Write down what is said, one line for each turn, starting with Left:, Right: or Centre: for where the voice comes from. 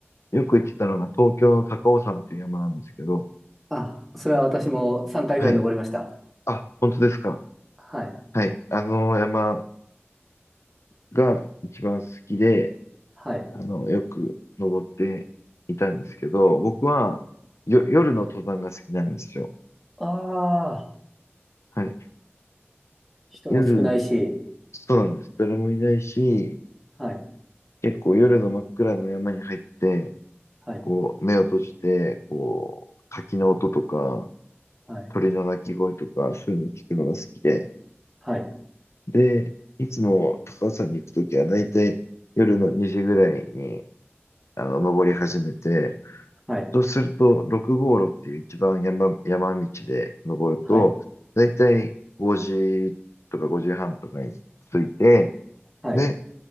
Left: よく行ってたのが東京の高尾山という山なんですけど、
Centre: あ、それは私も3回ぐらい登りました。
Left: はい。あ、本当ですか。
Centre: はい、
Left: はい。あの山が一番好きで、
Centre: はい。
Left: あの、よく登っていたんですけど、僕はよ、夜の登山が好きなんですよ。
Centre: ああ、
Left: はい。
Centre: 人も少ないし、
Left: 夜、そうなんです。誰もいないし、
Centre: はい、
Left: 結構夜の真っ暗の山に入って、
Centre: はい、
Left: こう、目を閉じて、こう、滝の音とか、
Centre: はい、
Left: 鳥の鳴き声とか、そういうの聞くのが好きで、
Centre: はい、
Left: で、いつも高尾山に行くときは、大体夜の2時ぐらいに、あの、登り始めて、
Centre: はい、
Left: そうすると、6号路っていう一番山、山道で登ると、
Centre: はい、
Left: 大体5時とか5時半とかに着いて、
Centre: はい、
Left: で、